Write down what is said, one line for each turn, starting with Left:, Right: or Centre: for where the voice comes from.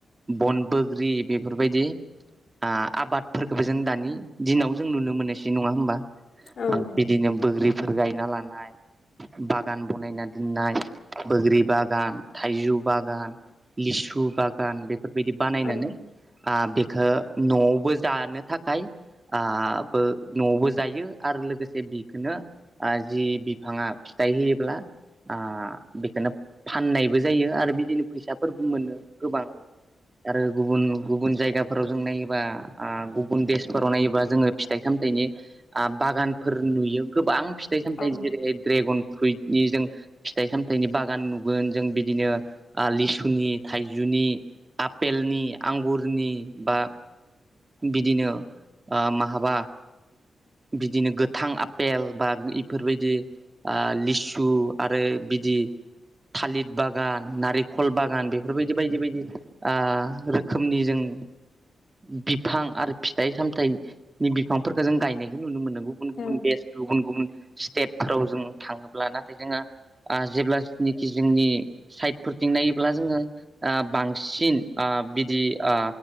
Right: बन बोग्रि बे फोरबायदि ओ आबादफोरखौबो जों दानि दिनाव जों नुनो मोननायसै नङा होमबा?
Left: औ
Right: ओ बिदिनो बोग्रि फोर गायना लानाय बागान बानायना दोननाय बैग्रि बागान थाइजौ बागान लिसु बागान बे बिदि बानायनानै
Left: औ
Right: आ बेखौ न'आवबो जानो थाखाय आ बो न'आवबो जायो आरो लोगोसे बेखौनो जि बिफाङा फिथाइ होयोब्ला आ बेखौनो फाननायबो जायो आरो बिदिनो फैसाफोरबो मोनो गोबां आरो गुबुन गुबुन जायगाफोराव जों नायोबा आ गुबुन देशफोराव नायोबा जोङो फिथाइ सामथाइनि आ बागानफोर नुयो गोबां फिथाइ सामथाय
Left: औ
Right: जेरै ड्रेगन फ्रुइट नि जों फिथाइ सामथायाइनि बागान नु जों बिदिनो ओ लिसुनि थाइजौनि आफेलनि आंगुरनि बा बिदिनो ओ महाबा बिदिनो गोथां आफेल बा इफोरबायदि ओ लिसु आरो बिदि बि थालिर बागान नारेंखल बागान बेफोरबायदि बायदि बायदि ओ रोखोमनि जों बिफां आरो फिथाइ सामथायाइनि बिफांफोरखौ जों गायनाय बे नुनो मोनदों गुबुन गुबुन
Left: औ
Right: देस गुबुन गुबुन स्टेटफोराव जों थाङोब्ला नाथाय जोङो ओ जेब्लानाखि जोंनि साइदफोरथिं नायोब्ला जों ओ बांसिन ओ बिदि ओ